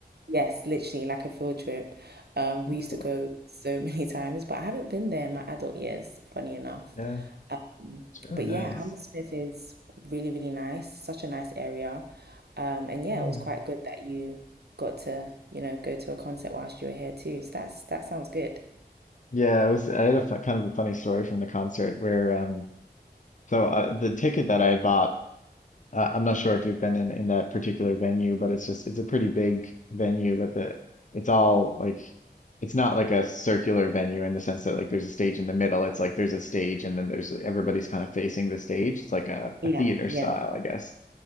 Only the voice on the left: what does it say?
That's
cool.
Yeah,
it's really
nice.
Yeah.
Yeah, it was. I had a fu- kind of a funny story from the concert where um, so uh, the ticket that I bought. Uh, I'm not sure if you've been in in that particular venue, but it's just it's a pretty big venue, but the it's all like it's not like a circular venue in the sense that like there's a stage in the middle. It's like there's a stage and then there's everybody's kind of facing the stage. It's like a,
a theater
style, I guess.